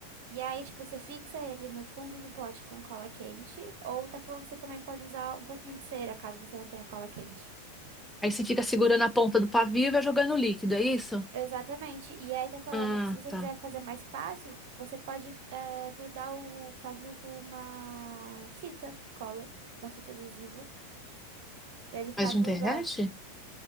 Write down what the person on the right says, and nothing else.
E aí, tipo, você fixa ele no fundo do pote com cola quente. Ou tá falando que você também pode usar um pouquinho de cera, caso você não tenha cola quente.
Exatamente. E aí tá falando
que se você
quiser fazer mais fácil, você pode eh, grudar o pavio com uma fita cola, com uma fita adesiva, pra ele ficar
no
lugar.